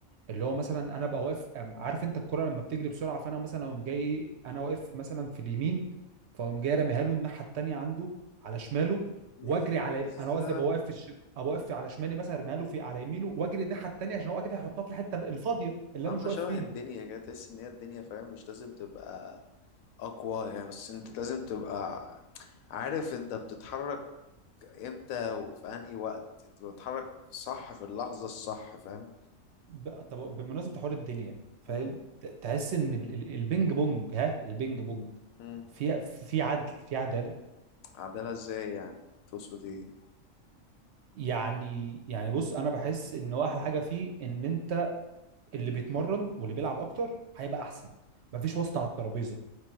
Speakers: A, on the right; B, on the left.
A: اللي هو مثلا انا ابقى واقف أم- عارف انت الكرة لما بتجري بسرعة فانا مثلا اقوم جاي ايه انا واقف مثلا في اليمين فاقوم جاي راميها له الناحية التانية عنده على شماله
B: نيل
A: واجري على
B: بس
A: انا قصدي ابقى واقف في الش... ابقى واقف على شمالي مثلا ارميها له في على يمينه واجري الناحية التانية عشان هو اكيد هيحطها في الحتة الفاضية اللي
B: عاملة
A: انا مش واقف
B: شبه
A: فيها
B: الدنيا كده تحس إن هي الدنيا فاهم مش لازم تبقى أقوى يعني بس أنت لازم تبقى عارف أنت بتتحرك إمتى وفي أنهي وقت أنت بتتحرك صح في اللحظة الصح فاهم
A: ب... طب بمناسبة حوار الدنيا فاهم
B: مم.
A: ت- تحس ان ال- ال- البينج بونج ها البينج بونج
B: مم.
A: في في عدل في عدالة
B: عدالة إزاي يعني تقصد إيه
A: يعني يعني بص انا بحس ان هو احلى حاجة فيه ان انت اللي بيتمرن واللي بيلعب اكتر هيبقى احسن مفيش واسطه على الترابيزه